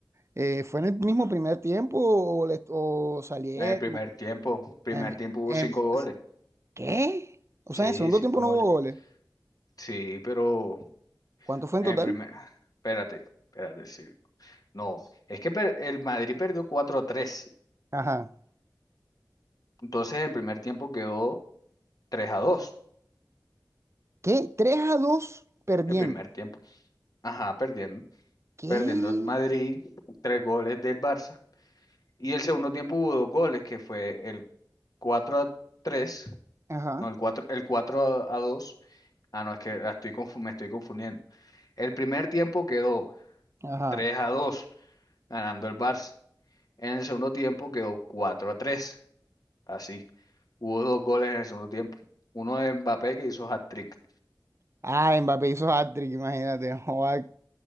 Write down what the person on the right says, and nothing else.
eh, ¿fue en el mismo primer tiempo o, le- o salieron?
Em,
em,
¿qué? O
sea, en el segundo
tiempo no
hubo goles,
¿cuánto fue
en total?
Ajá.
¿Qué? tres a 2 perdiendo.
¿Qué?
Ajá,
ajá.
Ah, Mbappé hizo hat-trick, imagínate. <laughs> Joda,